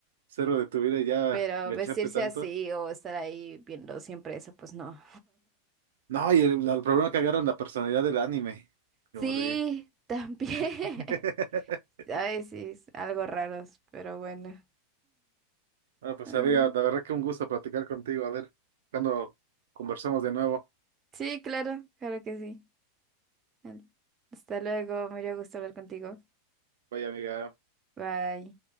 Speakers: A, on the right (about 60°); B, on the right (about 25°).
A: cero de tu vida y ya
B: Pero
A: engancharte
B: vestirse
A: tanto.
B: así o estar ahí viendo siempre eso, pues no.
A: No, y el, el problema que agarran la personalidad del anime.
B: Sí,
A: Como de.
B: también.
A: <laughs>
B: <laughs> Ay, sí, es algo raros, pero bueno.
A: Ah, pues
B: Ay,
A: amiga, la verdad que un gusto platicar contigo. A ver, cuando conversamos de nuevo.
B: sí, claro, claro que sí. Al- Hasta luego, me dio gusto hablar contigo.
A: Vaya amiga.
B: Bye.